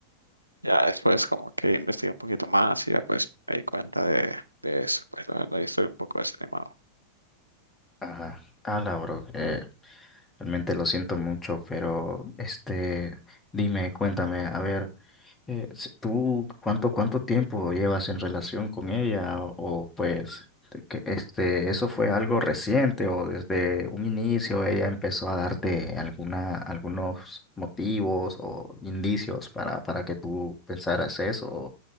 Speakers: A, on the right (about 85°); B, on the left (about 15°).
A: ya después como que investigué un poquito más y ya pues me di cuenta de, de eso. Pues la verdad yo estoy un poco desanimado.
B: Ajá, ala, bro, eh, realmente lo siento mucho, pero este, dime, cuéntame, a ver. Eh, si- ¿tú cuánto, cuánto tiempo llevas en relación con ella? O, o, pues, te- que, este, ¿eso fue algo reciente o desde un inicio ella empezó a darte alguna, algunos motivos o indicios para, para que tú pensaras eso o